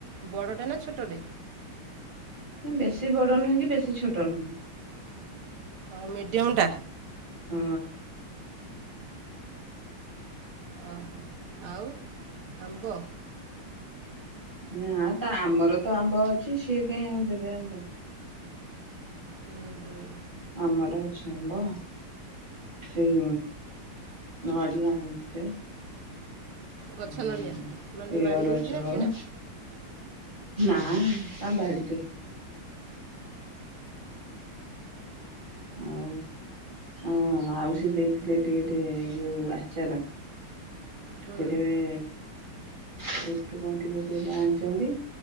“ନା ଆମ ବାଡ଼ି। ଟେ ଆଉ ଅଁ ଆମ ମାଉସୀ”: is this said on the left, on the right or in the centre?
Right